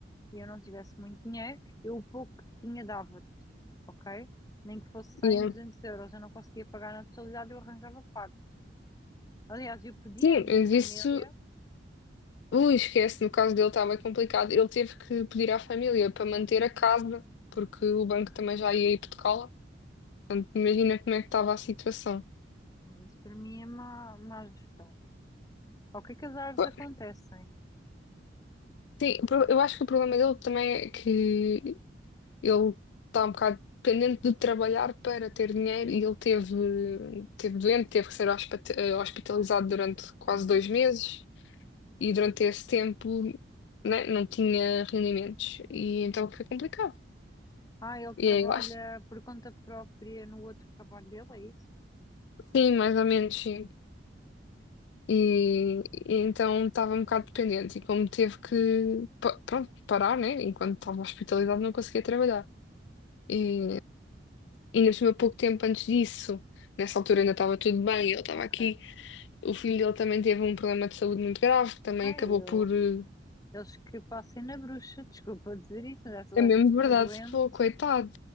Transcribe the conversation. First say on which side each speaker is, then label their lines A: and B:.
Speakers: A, on the left; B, on the left.
A: e eu não tivesse muito dinheiro, eu o pouco que tinha dava-te, ok? Nem que fosse 100,
B: Yeah.
A: 200 euros, eu não conseguia pagar na totalidade, eu arranjava parte. Aliás, eu pedi
B: Sim,
A: à minha
B: mas
A: família,
B: isso, ui, esquece, no caso dele estava complicado. Ele teve que pedir à família para manter a casa, porque o banco também já ia hipotecá-la. Portanto, imagina como é que estava a situação.
A: mas isso para mim é má, má gestão. Ao que é que as árvores
B: Pô,
A: acontecem?
B: Sim, o pro- eu acho que o problema dele também é que ele está um bocado dependente de trabalhar para ter dinheiro e ele teve, teve doente, teve que ser hospita- eh, hospitalizado durante quase
A: Hum.
B: dois meses. e durante esse tempo, né, não tinha rendimentos e então foi complicado.
A: Ah, ele trabalha
B: E aí lá, est-
A: por conta própria no outro trabalho dele, é isso?
B: sim, mais ou menos, sim. E,
A: Hum,
B: e então estava um bocado dependente e como teve que, pa- pronto, parar, né, enquanto estava hospitalizado não conseguia trabalhar. E, e nesse meu pouco tempo antes disso, nessa altura ainda estava tudo bem, ele estava
A: ok.
B: aqui, o filho dele também teve um problema de saúde muito grave, que também
A: Ah,
B: acabou
A: eu.
B: por... eh,
A: Eles que passem na bruxa, desculpa dizer isso, mas essa
B: É
A: a
B: mesmo
A: gente
B: verdade,
A: fica doente.
B: pô, coitado.